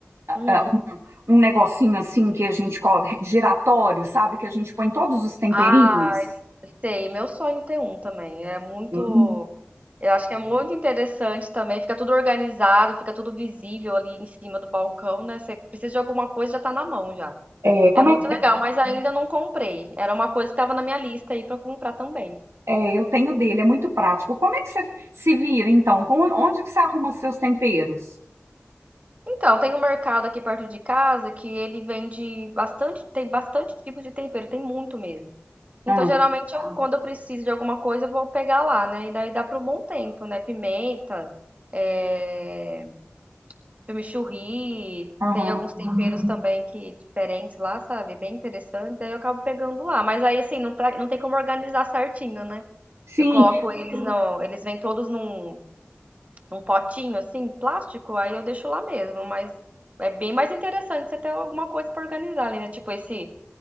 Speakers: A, on the right (about 35°); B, on the right (about 80°).
A: Hum.
B: ah, um um negocinho assim que a gente coloca, giratório, sabe? Que a gente põe todos os temperinhos?
A: Ah, sei. Meu sonho é ter um também. É muito.
B: Hum,
A: Eu acho que é muito interessante também, fica tudo organizado, fica tudo visível ali em cima do balcão, né? Você precisa de alguma coisa, já tá na mão já.
B: é, como
A: É muito
B: é,
A: legal, mas ainda não comprei. Era uma coisa que estava na minha lista aí para comprar também.
B: é, eu tenho dele, é muito prático. Como é que você se vira, então? Com- onde que você arruma seus temperos?
A: Então, tem um mercado aqui perto de casa que ele vende bastante, tem bastante tipo de tempero, tem muito mesmo. Então,
B: Ah,
A: geralmente eu, quando eu preciso de alguma coisa, eu vou pegar lá, né? E daí dá para um bom tempo, né? Pimenta, é... Chimichurri,
B: aham.
A: tem alguns temperos também que diferentes lá, sabe? Bem interessantes. Aí eu acabo pegando lá, mas aí assim, não, tá- não tem como organizar certinho, né?
B: Sim,
A: Eu coloco eles no, eles vêm todos num, num potinho assim, plástico, aí eu deixo lá mesmo, mas é bem mais interessante você ter alguma coisa pra organizar ali, né? Tipo esse